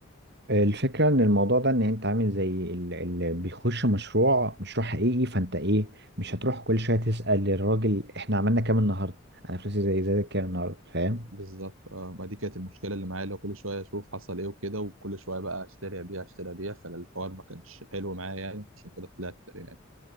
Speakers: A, on the right (about 55°); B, on the right (about 85°).
A: الفكرة ان الموضوع ده ان انت عامل زي اللي بيخش مشروع مشروع حقيقي فانت ايه مش هتروح كل شوية تسأل الراجل احنا عملنا كام النهاردة انا فلوسي زي زي كام النهاردة فاهم
B: بالظبط آه، ما دي كانت المشكله اللي معايا اللي هو كل شويه اشوف حصل ايه وكده وكل شويه بقى اشتري ابيع اشتري ابيع فالحوار ما كانش حلو معايا يعني عشان كده طلعت يعني